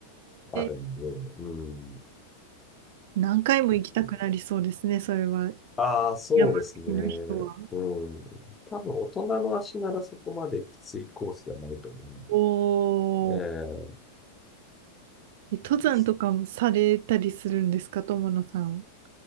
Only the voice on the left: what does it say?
あるんで、
うん、
結構
ああ、そうですね。
うん。多分、大人の足ならそこまできついコースではないと思うので。
ええ
いいですね。